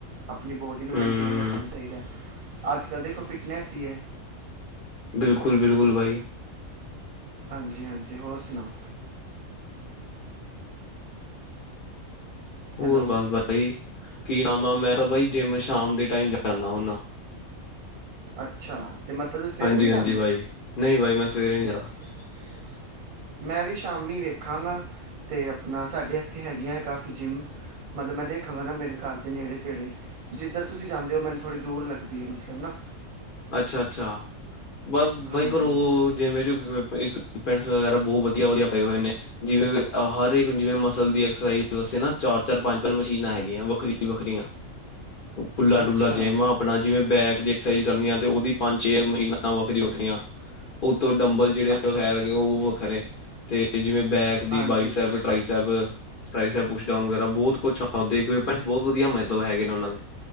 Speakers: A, on the right; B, on the left.
A: ਆਪਣੀ ਬੋਡੀ ਨੂੰ
B: ਹੂੰ,
A: ਮੇਨਟੇਨ ਰੱਖਣਾ ਚਾਹੀਦਾ, ਅੱਜ-ਕੱਲ੍ਹ ਦੇਖੋ ਫਿਟਨੈਸ ਹੀ ਐ।
B: ਬਿਲਕੁਲ-ਬਿਲਕੁਲ ਬਾਈ।
A: ਹਾਂਜੀ-ਹਾਂਜੀ, ਹੋਰ ਸੁਣਾਓ?
B: ਹੋਰ
A: ਹੈਲੋ
B: ਬਸ ਬਾਈ, ਕੀ ਨਾਮ ਆ ਮੈਂ ਤਾਂ ਬਾਈ ਜਿੰਮ ਸ਼ਾਮ ਦੇ ਟਾਈਮ ਜਾਂਦਾ ਹੁੰਦਾ।
A: ਅੱਛਾ, ਤੇ ਮਤਲਬ ਤੁਸੀਂ ਸਵੇਰੇ
B: ਹਾਂਜੀ-ਹਾਂਜੀ
A: ਨਹੀਂ ਜਾਂਦੇ?
B: ਬਾਈ। ਨਹੀਂ ਬਾਈ ਮੈਂ ਸਵੇਰੇ ਨਹੀਂ ਜਾਂਦਾ।
A: ਨਹੀ ਮੈ ਸਵੇਰੇ ਨਹੀ ਜਾਂਦਾ। ਮੈਂ ਵੀ ਸ਼ਾਮੀ ਵੇਖਾਂਗਾ, ਤੇ ਆਪਣਾ ਸਾਡੇ ਇੱਥੇ ਹੈਗੀਆਂ ਅੇ ਕਾਫੀ ਜਿੰਮ। ਮਤਲਬ ਮੈਂ ਦੇਖਾਗਾ ਨਾ ਮੇਰੇ ਘਰ ਦੇ ਨੇੜੇ-ਤੇੜੇ ਜਿੱਧਰ ਤੁਸੀਂ ਜਾਂਦੇ ਓ, ਮੈਨੂੰ ਥੋੜ੍ਹੀ ਦੂਰ ਲਗਦੀ ਐ ਮਤਲਬ ਨਾ।
B: ਅੱਛਾ-ਅੱਛਾ, ਬ ਬਾਈ
A: ਹਾਂਜੀ
B: ਪਰ ਉਹ
A: ਹਾਂਜੀ
B: ਜਿਵੇਂ ਚ, ਪੈਸਾ ਵਗੈਰਾ ਬਹੁਤ ਵਧੀਆ-ਵਧੀਆ ਪਏ ਹੋਏ ਨੇ ਜਿਵੇਂ ਹਰ ਇੱਕ ਜਿਵੇਂ ਮਸਲ ਦੀ ਐਕਸਰਸਾਈਜ਼ ਵਸਤੇ ਨਾ ਚਾਰ- ਚਾਰ, ਪੰਜ-ਪੰਜ ਮਸ਼ੀਨਾਂ ਹੈਗੀਆਂ ਵੱਖਰੀਆਂ-ਵੱਖਰੀਆਂ। ਖੁੱਲਾ-ਡੁੱਲਾ
A: ਅੱਛਾ
B: ਜੇਮ ਆ ਆਪਣਾ ਜਿਵੇਂ ਬੈਕ ਦੀ ਐਕਸਰਸਾਈਜ਼ ਕਰਨੀ ਤੇ ਉਹਦੀ ਪੰਜ-ਛੇ ਮਸ਼ੀਨਾਂ ਵੱਖਰੀਆ- ਵੱਖਰੀਆਂ ਉਹਤੋ ਡੰਬਲ ਜਿਹੜੇ
A: ਅੱਛਾ
B: ਵੈ
A: ਅੱਛਾ
B: ਉਹ ਵੱਖਰੇ ਤੇ ਜਿਵੇਂ ਬੈਕ
A: ਨੇ
B: ਦੀ
A: ਹਾਂਜੀ
B: ਬਾਈਸੈਪ
A: ਕੋਈ
B: <unintelligible> ਬਹੁਤ ਕੁਛਮਟਸ ਬਹੁਤ ਵਧੀਆ ਮਤਲਬ ਹੈਗੇ ਨੇ ਉਹਨਾਂ ਦੇ।